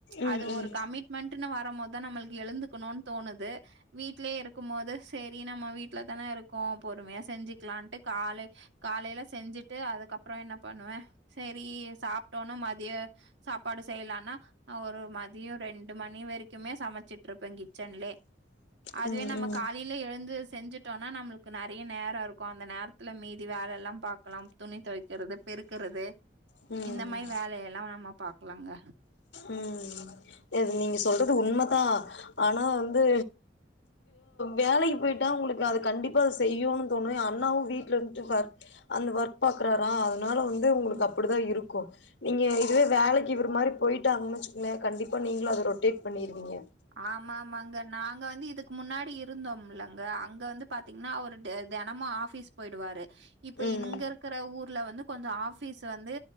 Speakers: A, on the left; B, on the right.
A: ம்
B: அது
A: ம்
B: ஒரு கமிட்மெண்ட்னு வரும்போது தான் நம்மளுக்கு எழுந்து இருக்கணும் தோணுது வீட்லயே இருக்கும் போது சரி நம்ம வீட்டு வீட்ல தானே இருக்கோம் பொறுமையா செஞ்சுக்கலான்ட்டு கால காலையில செஞ்சுட்டு அதுக்கப்புறம் என்ன பண்ணுவேன் சரி சாப்டோனா மதியம் சாப்பாடு செய்யலனா ஒரு மதியம் ரெண்டு மணி வரைக்குமே சமைச்சிட்டு இருப்பேன் கிச்சன்லயே அதுவே
A: ம் ம்
B: நம்ம காலையில எழுந்து செஞ்சு டோம்னா நம்மளுக்கு நிறைய நேரம் இருக்கும் அந்த நேரத்துல மீதி வேலை எல்லாம் பார்க்கலாம் துணி துவைக்கிறது பெருக்குறது
A: ம்
B: இந்த மாரி
A: ம்
B: வேலைய எல்லாம் நம்ம பாக்கலாங்க
A: ம் இது நீங்க சொல்றது உண்மைதான் ஆனா வந்து வேலைக்கு போயிட்டா உங்களுக்கு அது கண்டிப்பா செய்யனும்னு தோணும் அண்ணாவும் வீட்ல இருந்துட்டு ஒர்க் அந்த ஒர்க் பாக்குறாரா அதனால வந்து உங்களுக்கு
B: ம்
A: அப்டி தான் இருக்கும் நீங்க இதுவே வேலைக்கு இவரு மாரி போயிட்டாங்கன்னா வச்சுங்ளேன் கண்டிப்பா நீங்களும் அது ரொட்டேட் பண்ணிருவீங்க
B: ஆமா ஆமாங்க நாங்க வந்து இதுக்கு முன்னாடி இருந்தோம்லங்க அங்கே வந்து பார்த்தீங்கன்னா அவர் தெனமும் ஆஃபீஸ் போயிடுவாரு இப்ப
A: ம்
B: இங்க இருக்கிற ஊர்ல வந்து கொஞ்ச ஆபீஸ் வந்து